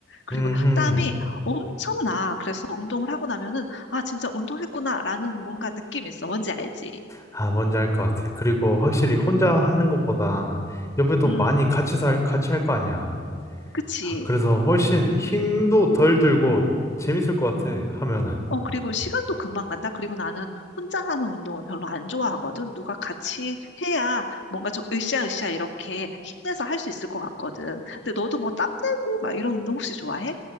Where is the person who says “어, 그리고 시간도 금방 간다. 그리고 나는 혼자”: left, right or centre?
Left